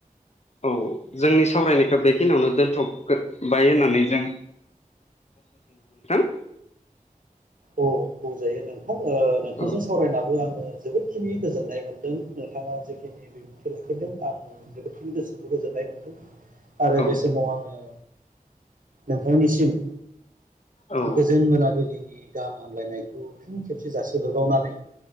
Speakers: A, on the left; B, on the right.
A: औ जोंनि सावरायनायखौ बेखिनियावनो दोनथ'बाय होननानै जों <unintelligible>
B: अ बुंजायो नोंथां ओ नोंथांजों
A: औ
B: सावरायनाबो आंङो जोबोदखिनि गोजोननाय मोनदों नोंथांङा जिखिनि बिबुंथि लाखिदों आं जोबोदखिनि गोसोखौ गोजोननाय आरो
A: औ
B: बे समाव आंङो नोंथांनिसिम
A: औ
B: गोजोन मोनाबिलिनि गाहाम हामलायनाय फिन खेबसे जासिहरबावनानै